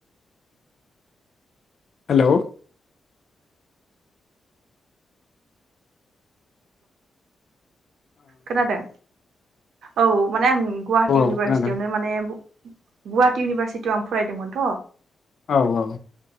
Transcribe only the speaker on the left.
हेलौ
औ औ
खोनादों
औ औ